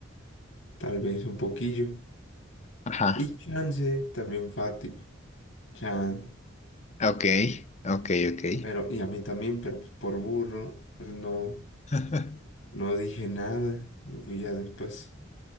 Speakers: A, on the left (about 70°); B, on the left (about 35°).
A: Tal vez un poquillo.
B: Ajá,
A: Y chance también Fátima. Chance.
B: ok, ok, ok.
A: Pero, y a mí también, pero pues por burro, pues no,
B: <laughs>
A: no dije nada. Y pues ya después